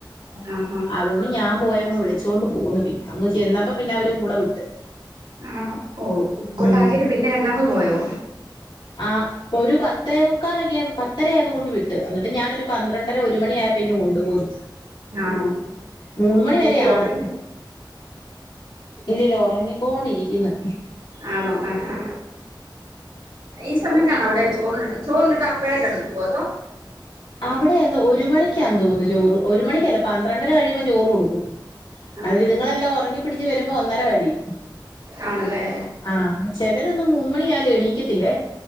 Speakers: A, on the right (about 65°); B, on the left (about 85°).
A: ആഹ് ആഹ്
B: അതൊണ്ട് ഞാൻ പോയങ്ങ് വിളിച്ചുകോണ്ട് പോന്ന് പിന്നെ അങ് ചെന്നപ്പോ പിന്നെ അവര് കൂടെ വിട്ട്
A: ആണോ ഓ ക്കൊണ്ടാക്കീട്ട്
B: ഉം
A: പിന്നെ രണ്ടാമത് പോയോ
B: ആഹ് ഇപ്പൊ ഒരു പത്തേവക്കാലൊക്കെ പത്തര അയപൊ കൊണ്ട് വിട്ട് എന്നിട്ട് ഞാനൊരു പന്ത്രണ്ടര ഒരു മണിയായപ്പോ ഇ കൊണ്ടുപോന്നു
A: ആണോ
B: മൂന്ന് മണി വരെ
A: എന്ത്യേ
B: ആാണ്
A: ഒറങ്ങിയോ
B: ഇല്ല ഒറങ്ങിക്കോണ്ടിരിക്കുന്നു
A: അണോ ആഹാ ഈ സമയത്താണോ അവടെ ചോറിണ്ടിട്ട് ചോറിണ്ടിട്ട് അപ്പോഴേ കെടക്കുവോ? അതോ?
B: അവിടെ എന്ദോ ഒരു മണിക്കാ തോന്നുന്നു ചോറ് ഒരു മണിക്കല്ല പന്ത്രണ്ടര കഴിയുമ്പോം ചോറ് കൊടുക്കും
A: ആഹാ
B: അതിരി ഇതിങ്ങളെല്ലാം ഒറങ്ങി പിടിച്ച് വരുമ്പോ ഒന്നര കഴിയും
A: ആണല്ലേ?
B: ആഹ് ചെലരൊന്നും മൂന്ന് മണിയായാലും എണീക്കത്തില്ലേ?